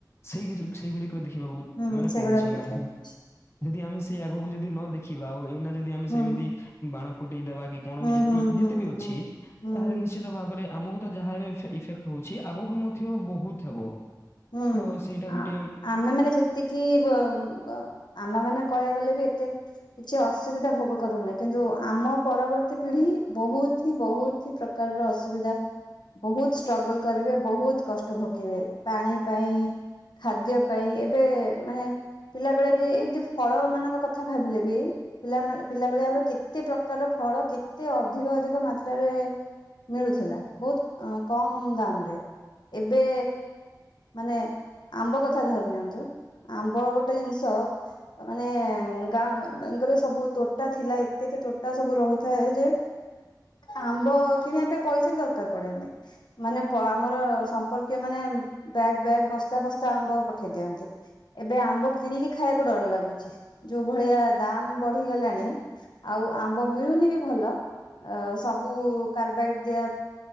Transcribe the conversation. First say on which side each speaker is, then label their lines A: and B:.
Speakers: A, on the left; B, on the left.
A: ସେଇ ସେଇଗୁଡିକ ଦେଖିବାକୁ
B: ହୁଁ
A: ମାନେ
B: ସେଗୁଡାକୁ
A: ପଡୁଛି
B: ଦେଖିବାକୁ
A: ମାନେ ହିଁ।
B: ପଡୁଛି
A: ଯଦି ଆମେ ସେଇ ଆଗକୁ ଯଦି ନ ଦେଖିବା ଆଉ ଏଇନା ଯଦି ଆମେ
B: ହୁଁ
A: ସେମିତି ବାଣ ଫୁଟେଇଦବା କି କଣ
B: ହୁଁ
A: ବି ଯେ
B: ହୁଁ ହୁଁ
A: ଯେତେ ବି ଅଛି
B: ହୁଁ ହୁଁ
A: ତାହେଲେ
B: ହୁଁ।
A: ନିଶ୍ଚିତ ଭାବରେ ଆମକୁ ତ ଯାହା ଏବେ ଇଫେ ଇଫେକ୍ଟ ହଉଛି ଆଗକୁ ମଧ୍ୟ ବହୁତ୍ ହେବ।
B: ହୁଁ
A: ହଁ ସେଇଟା
B: ଆ
A: ଗୋଟିଏ
B: ଆମେ ମାନେ ଯେତିକି ବ ଆମ ମାନେ କହିବାକୁ ଗଲେ ବି ଏତେ କିଛି ଅସୁବିଧା ଭୋଗ କରୁନହିି କିନ୍ତୁ ଆମ ପରବର୍ତ୍ତୀ ପିଢି ହିଁ ବହୁତ ହି ବହୁତ କିଛି ପ୍ରକାରର ଅସୁବିଧା ବହୁତ ଷ୍ଟ୍ରଗଲ କରିବେ ବହୁତ କଷ୍ଟ ଭୋଗିବେ ପାଣି ପାଇଁ ଖାଦ୍ୟ ପାଇଁ ଏବେ ମାନେ ପିଲାବେଳେ ବି ଏଇମତି ଫଳ ମାନଙ୍କ କଥା ଭାବିଲେ ବି ପିଲାମାନେ ପିଲାବେଳେ ଆମର କେ କେତେ ପ୍ରକାରର ଫଳ କେତେ ଅଧିକ ଅଧିକ ମାତ୍ରାରେ ମିଳୁଥିଲା ବହୁତ ଅ କମ ଦାମ ରେ ଏବେ ମାନେ ଆମ୍ବ କଥା ଧରି ନିଅନ୍ତୁ ଆମ୍ବ ଗୋଟେ ଜିନିଷ ତା ମାନେ ଗାଁ ମାନଙ୍କରେ ସବୁ ତୋଟା ଥିଲା ଏତେ ଏତେ ତୋଟା ସବୁ ରହୁଥାଏ ଯେ ଆମ୍ବ କିଣିବା ପାଇଁ ପଇସା ବି ଦରକାର ପଡେନି ମାନେ ପ ଆମର ସମ୍ପର୍କୀୟ ମାନେ ବ୍ୟାଗ ବ୍ୟାଗ ବସ୍ତା ବସ୍ତା ଆମ୍ବ ପଠେଇ ଦିଅନ୍ତି ଏବେ ଆମ୍ବ କିଣିକି ଖାଇବାକୁ ଡର ଲାଗୁ ଚି ଯୋଉ ଭଳିଆ ଦାମ ବଢିଗଲାଣି ଆଉ ଆମ୍ବ ମିଳୁନି ବି ଭଲ ଅ ସବୁ କାରବାଇଡ ଦିଆ